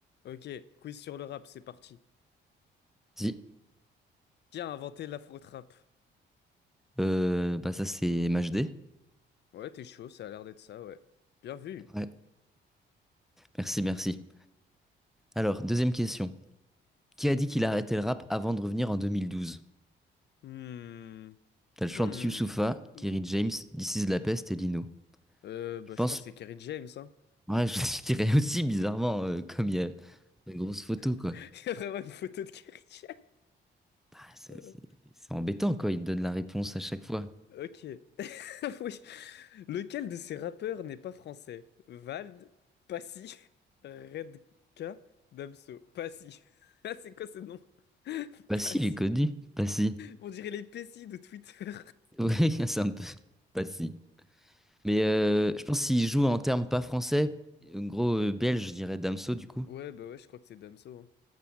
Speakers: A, on the left; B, in the centre.
A: Ok, quiz sur le rap, c'est parti.
B: Si,
A: Qui a inventé l'afro-trap?
B: euh, bah ça c'est MHD.
A: Ouais, t'es chaud, ça a l'air d'être ça, ouais. Bien vu.
B: Ouais. Merci, merci. Alors, deuxième question. Qui a dit qu'il arrêtait le rap avant de revenir en 2012?
A: Hmm.
B: T'as le chant
A: Hmm.
B: de Youssoupha,
A: Hmm.
B: Kerry James, This is la peste et Lino.
A: Euh, bah,
B: Je pense,
A: je crois que c'est Kerry James, hein.
B: ouais, je <laughs> dirais aussi bizarrement, euh, comme il y a une grosse photo, quoi.
A: <laughs> Il y a vraiment une photo de Kerry James.
B: Bah, c'est
A: Euh,
B: c'est- c'est embêtant, quoi, il te donne la réponse à chaque fois.
A: Ok. <laughs> Oui. Lequel de ces rappeurs n'est pas français? Vald, Passy, <laughs> Redka, Damso. Passy. <laughs> Ah, c'est quoi ce nom? Passy.
B: Bah si, il est connu. Bah si.
A: On dirait les Pessi de Twitter.
B: Oui, <laughs> c'est un peu... Bah si. Mais euh, je pense s'il joue en termes pas français, en gros, euh, belge, je dirais Damso,
A: <laughs>
B: du coup.
A: Ouais, bah ouais, je crois que c'est Damso, hein.